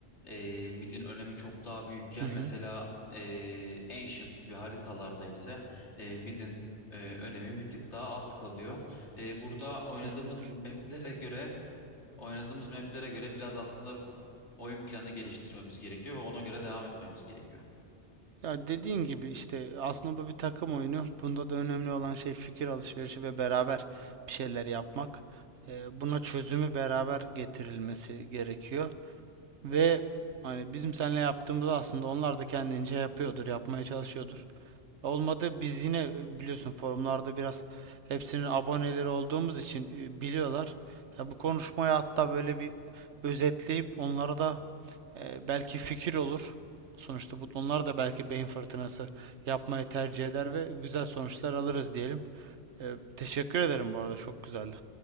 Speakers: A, on the left; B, on the right.
A: e, midin önemi çok daha büyükken
B: Hı hı.
A: mesela e, Ancient gibi haritalarda ise e, midin e, önemi bir tık daha az kalıyor. E, burada
B: Kesinlikle
A: oynadığımız
B: öyle.
A: maplere göre oynadığımız maplere göre biraz aslında oyun planı geliştirmemiz gerekiyor ve ona göre devam etmemiz gerekiyor.
B: Ya dediğin gibi işte aslında bu bir takım oyunu. Bunda da önemli olan şey fikir alışverişi ve beraber bir şeyler yapmak. E, buna çözümü beraber getirilmesi gerekiyor. Ve hani bizim seninle yaptığımız aslında onlar da kendince yapıyordur, yapmaya çalışıyordur. Olmadı biz yine e, biliyorsun forumlarda biraz hepsinin aboneleri olduğumuz için e, biliyorlar. Ya bu konuşmayı hatta böyle bir özetleyip onlara da e, belki fikir olur. Sonuçta bu, onlar da belki beyin fırtınası yapmayı tercih eder ve güzel sonuçlar alırız diyelim. E, teşekkür ederim bu arada çok güzeldi.